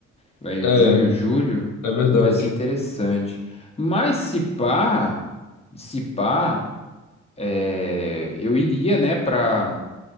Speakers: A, on the left (about 20°); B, on the left (about 80°).
A: vai
B: é,
A: junho, julho,
B: é verdade.
A: não vai ser interessante. Mas se pá, se pá. É, eu iria, né, para